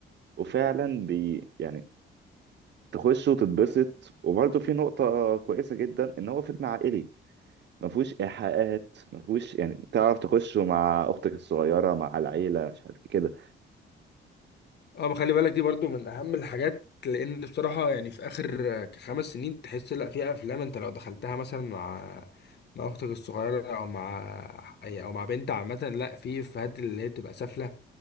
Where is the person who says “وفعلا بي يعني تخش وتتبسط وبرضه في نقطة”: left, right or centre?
Right